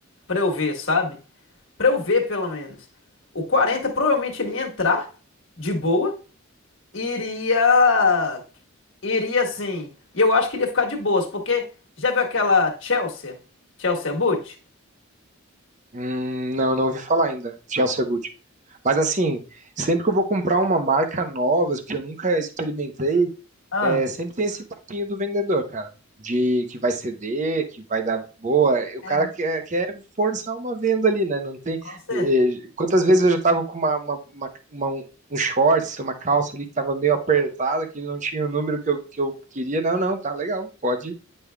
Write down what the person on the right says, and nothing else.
Hum, não, não ouvi falar ainda de Elcia Boot. Mas assim, sempre que eu vou comprar uma marca nova, que eu nunca experimentei,
é, sempre tem esse papinho do vendedor, cara. De que vai ceder, que vai dar boa. E O
cara quer, quer forçar uma venda ali, né? Não tem.
eh, Quantas vezes eu já tava com uma, uma- uma- uma- um um shorts, uma calça ali que tava meio apertada, que não tinha o número que eu, que eu queria. Não, não, tá legal, pode.